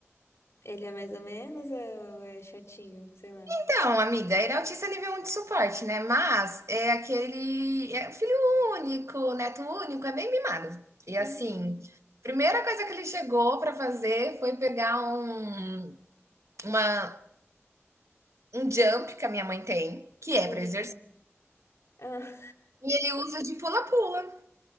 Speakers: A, on the left; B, on the right.
A: Ele é mais ou menos ou é chatinho? Sei lá.
B: Então, amiga, ele é autista nível 1 de suporte, né? Mas é aquele. É filho único, neto único, é bem mimado. E
A: Uhum.
B: assim, primeira coisa que ele chegou para fazer foi pegar um, uma, um jump que a minha mãe tem, que é
A: Eita.
B: para exercício,
A: Ah,
B: e ele usa de pula-pula.